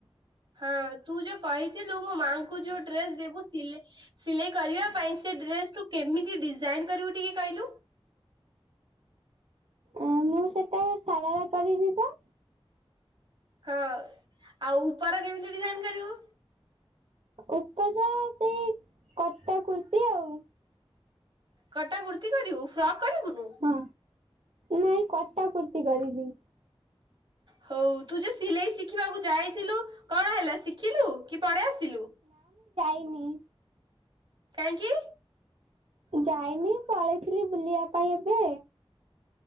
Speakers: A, on the right; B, on the right.
A: ହଁ ତୁ ଯୋଉ କହି। ମାଙ୍କୁ ଯୋଉ ଡ୍ରେସ ଦେବୁ ସିଲେଇ ସିଲେଇ କରିବା ପାଇଁ ସେ ଡ୍ରେସ କେମିତି ଡି। ଜାଇନ୍ କରିବୁ ଟିକେ କହିଲୁ।
B: ଅ ମୁଁ ସେଟା ସାରାରା କରିବି ତ
A: ହଁ ଆଉ ଉପର କେମିତି ଡିଜାଇନ କରିବୁ।
B: ଉପର ସେଇ କଟା କୁର୍ତ୍ତି ଆଉ
A: କଟା କୁର୍ତି କରିବୁ ଫ୍ରକ୍ କରିବୁନୁ?
B: ହଁ ନାଇଁ କଟା କୁର୍ତି କରିବି
A: ହଉ ତୁ ଯୋଉ ସିଲେଇ ଶିଖିବାକୁ ଯାଇଥିଲୁ କଣ ହେଲା ଶିଖିଲୁ କି ପଳେଇ ଆସିଲୁ,
B: ନି
A: କାହିଁକି?
B: ଯାଇନି ପଳେଇଥିଲି ବୁଲିବା ପାଇଁ ଏବେ